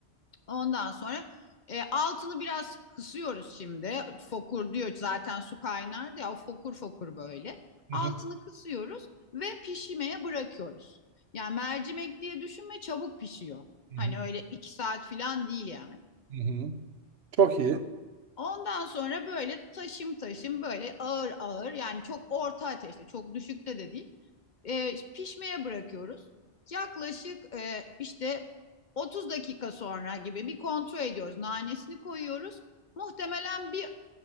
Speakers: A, on the left; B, on the right.
A: Ondan sonra e, altını biraz kısıyoruz şimdi. Fokur diyor zaten su kaynardı ya o fokur fokur böyle.
B: Hı
A: Altını
B: hı.
A: kısıyoruz ve pişmeye bırakıyoruz. Yani mercimek diye düşünme çabuk pişiyor.
B: Hı
A: Hani
B: hı.
A: öyle iki saat falan değil yani.
B: Hı hı. Çok iyi.
A: Ondan sonra böyle taşım taşım böyle ağır ağır yani çok orta ateşte çok düşükte de değil E, pişmeye bırakıyoruz. Yaklaşık e, işte 30 dakika sonra gibi bir kontrol ediyoruz. Nanesini koyuyoruz. Muhtemelen bir